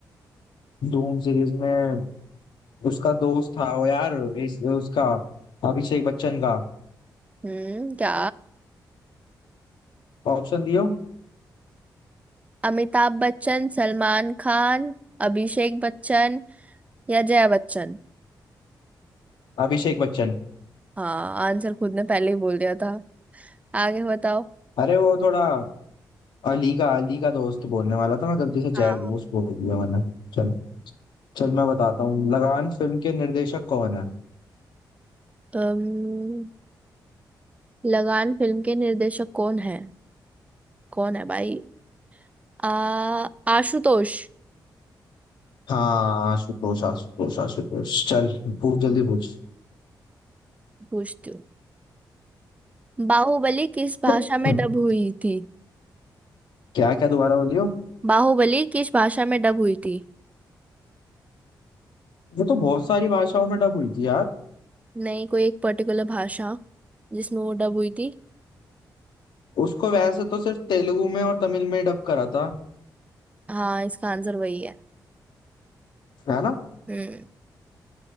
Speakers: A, on the left; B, on the right.
A: धूम सीरीज में उसका दोस्त था वो यार इस, उसका अभिषेक बच्चन का
B: हम्म क्या
A: ऑप्शन दियो
B: अमिताभ बच्चन सलमान खान अभिषेक बच्चन या जया बच्चन
A: अभिषेक बच्चन
B: हाँ आंसर खुद ने पहले ही बोल दिया था आगे बताओ
A: अरे वो थोड़ा अली का अली का दोस्त बोलने वाला था मैं गलती से जय
B: हाँ
A: घोष बोल दिया मैंने चल चल मैं बताता हूँ लगान फिल्म के निर्देशक कौन है
B: अम्म, लगान फिल्म के निर्देशक कौन है कौन है भाई आ आशुतोष
A: हाँ आशुतोष आशुतोष आशुतोष चल पूछ जल्दी पूछ
B: पूछती हूँ बाहुबली किस
A: <laughs>
B: भाषा में डब हुई थी
A: क्या क्या दोबारा बोलियो
B: बाहुबली किस भाषा में डब हुई थी
A: वो तो बहुत सारी भाषाओं में डब हुई थी यार
B: नहीं कोई एक पर्टिकुलर भाषा जिसमें वो डब हुई थी
A: उसको वैसे तो सिर्फ तेलुगु में और तमिल में डब करा था
B: हाँ इसका आंसर वही है
A: है ना
B: हम्म